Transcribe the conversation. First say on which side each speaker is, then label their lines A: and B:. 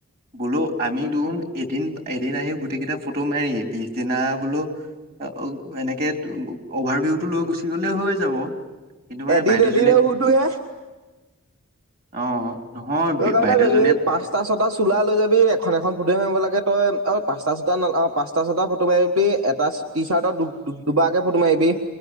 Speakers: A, on the right; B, on the right.
A: বোলো আমি দেখোন এদিন এদিন আহি গোটেই কেইটা ফটো মাৰি পিছদিনা বোলো। অঁ অ এনেকে অভাৰ ভিউটো লৈ গুচি গ'লে হৈ যাব। কিন্তু মানে
B: এদিন
A: বাইদেউজনীক,
B: এদিন ফটো হে
A: অ'। নহয়
B: তই
A: বি
B: কাম
A: বাইদেউজনী,
B: এটা কৰিবি এই পাঁচটা ছটা চোলা লৈ যাবি এখন এখন ফটো মাৰিব হে লাগে তই আৰু পাঁচটা ছটা ন' পাঁচটা ছটা ফটো মাৰিবি। এ এটা টিচাৰ্টত দু দুবাৰকৈ ফটো মাৰিবি